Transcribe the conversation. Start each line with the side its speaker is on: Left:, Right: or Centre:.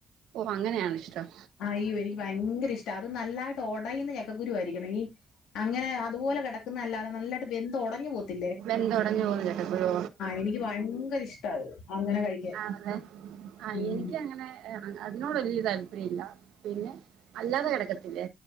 Right: ഓ അങ്ങനെയണൊ ഷ്ടം
Left: ആഹ് അയ്യോ എനിക്ക് ഭയങ്കര ഇഷ്ടാ അത് നല്ലായിട്ട് ഒടയുന്ന ചക്ക കുരു ആയിരിക്കണം ഈ അങ്ങനെ അതുപോലെ കെടക്കുന്നതല്ലാതെ നല്ലായിട്ട് ബെന്ത്‌ ഉടഞ്ഞി പോത്തി
Right: വെന്ത് ഒടഞ്ഞു പോന്ന ചക്കക്കുരു
Left: എനിക്ക് ഭയങ്കര ഇഷ്ട അത് അങ്ങനെ കഴിക്കാൻ
Right: ആണലെ ആഹ്
Left: ഉം
Right: എനിക്കങ്ങനെ എ അതിനോട് വലിയ താല്പര്യ ഇല്ല പിന്നെ അല്ലാതെ കിടക്കത്തില്ലേ